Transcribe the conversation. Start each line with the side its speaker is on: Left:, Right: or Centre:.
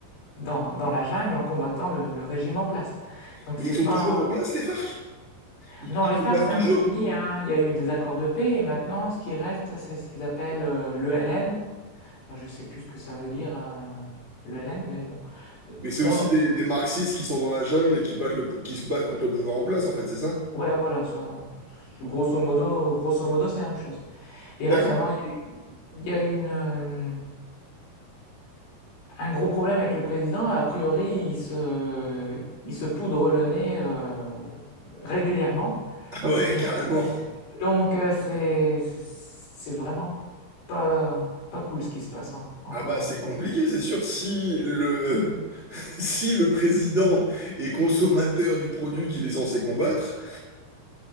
Left: dans, dans la jungle en combattant le, le régime en place. Donc
Right: Mais
Left: c'est
Right: ils sont
Left: pas,
Right: toujours en place, les FARC? Ils,
Left: non,
Right: ils
Left: les FARC
Right: combattent
Left: c'est
Right: toujours.
Left: un peu fini. hein. Il y a eu des accords de paix et maintenant, ce qui reste, c'est ce qu'ils appellent l'ELN. Je sais plus ce que ça veut dire, l'ELN, mais bon.
Right: Mais c'est
Left: On-
Right: aussi des, des marxistes qui sont dans la jungle et qui battent le, qui se battent contre le pouvoir en place, en fait, c'est ça?
Left: Ouais, voilà, ça, grosso modo, grosso modo, c'est la même chose. Et
Right: D'accord.
Left: récemment, il
Right: <laughs>
Left: y a eu, il y a eu une, euh, un gros problème avec le président. A priori, il se, il se poudre le nez euh, régulièrement.
Right: Ah ouais,
Left: Bien.
Right: carrément.
Left: Donc, euh, c'est, c'est c'est vraiment pas, pas cool ce qui se passe en, en
Right: Ah
Left: Colombie.
Right: bah c'est compliqué, c'est sûr. Si le, <laughs> si le président est consommateur du produit qu'il est censé combattre,